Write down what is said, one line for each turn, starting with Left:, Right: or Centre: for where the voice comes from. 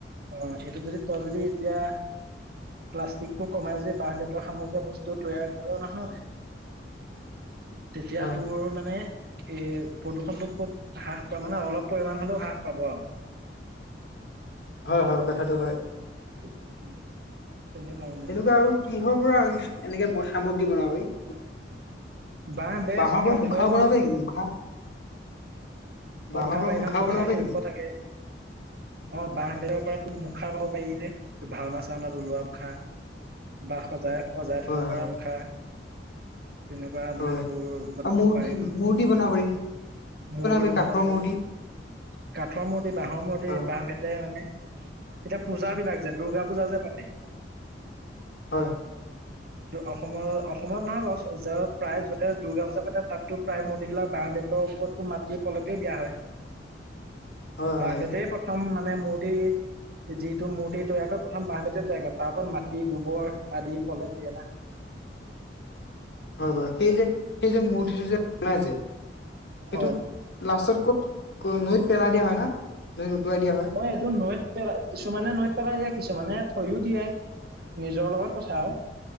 Right: অ', এইটো যদি তই যদি এতিয়া, প্লাষ্টিকটো কমাই যদি বাঁহ-বেত তৰ সামগ্ৰীয়ে বস্তু তৈয়াৰ কৰ নহয়, তেতিয়া
Left: হয়।
Right: তোৰ মানে এ প্ৰদূষণটো খুব হ্ৰাস পোৱা-মানে অলপ পৰিমাণে হ'লেও হ্ৰাস পাব আৰু।
Left: হয় হয়, কথাটো হয়।
Right: উম। তেনেকুৱা মা
Left: তেনেকুৱা আৰু কিহৰ পৰা এনেকে সামগ্ৰী বনাব পাৰি?
Right: বাঁহ বেত
Left: বাঁহৰ
Right: কাঠৰ
Left: পৰা মুখাও বনাব পাৰি নেকি মুখা? বাঁহৰ
Right: অ' মুখা
Left: পৰা
Right: পাৰি
Left: মুখাও
Right: নহয়, মুখাশিল্প
Left: বনাব পাৰি নেকি?
Right: থাকে। অ', বাঁহ-বেতৰ পৰা তোৰ মুখা বনাব পাৰি যে, এ ভাওনা-চাওনাত ওলোৱা। মুখা, বা সজাই-সজাই
Left: হয়
Right: থ'ব
Left: হয়
Right: পৰা মুখা। তেনেকুৱা মানে
Left: হয়।
Right: তোৰ বনাব
Left: আৰু মূৰ্তি
Right: পাৰি নহয়,
Left: মূৰ্তি বনাব পাৰি
Right: মূৰ্তি
Left: পাৰি
Right: বনাব
Left: কাঠৰ
Right: কাঠৰ
Left: মূৰ্তি
Right: মূৰ্তি, বাঁহৰ মূৰ্তি,
Left: হয়
Right: বাঁহ-বেত মানে, এতিয়া পূজা বিলাক যে, দূৰ্গা পূজা যে পাতে
Left: হয়।
Right: অসমৰ-অসমত নহয় বাৰু, প্ৰায় য'তে দুৰ্গা পূজা পাতে, তাততো প্ৰায় মূৰ্তিবিলাক বাঁহ-বেতৰ ওপৰত টো মাটিৰ প্ৰলেপেই দিয়া হয়।
Left: <inaudible>
Right: বাঁহ-বেতেই
Left: হয়
Right: প্ৰথম মানে মূৰ্তি যিটো মূৰ্তি তৈয়াৰ কৰে, প্ৰথম বাঁহ-বেতেই তৈয়াৰ কৰে, তাৰ ওপৰত মাটি, গোবৰ আদি প্ৰলেপ দিয়ে না।
Left: হয় বাৰু, সেই যে-সেই যে মূৰ্তিটো যে বনাই যে, সেইটো
Right: হয়
Left: লাষ্টত ক'ত-নৈত পেলাই দিয়া হয় ন, নৈত উটুৱাই দিয়া হয়?
Right: অ', এইটো নৈত পেলাই-কিছুমানে নৈত পেলাই দিয়ে, কিছুমানে থৈও দিয়ে, নিজৰ লগত কথ থা আৰু,